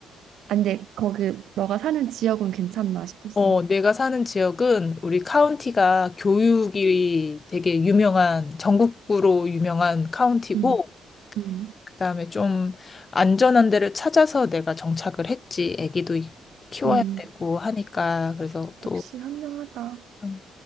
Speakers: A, on the right (about 75°); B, on the left (about 35°).
A: 아, 근데 거기 너가 사는 지역은 괜찮나 싶었어.
B: 어, 내가 사는 지역은 우리 카운티가 교육이 되게 유명한, 전국구로 유명한 카운티고,
A: 음, 음,
B: 그다음에 좀 안전한 데를 찾아서 내가 정착을 했지. 아기도 이- 키워야
A: 음.
B: 되고 하니까 그래서 또
A: 역시 현명하다.
B: 음,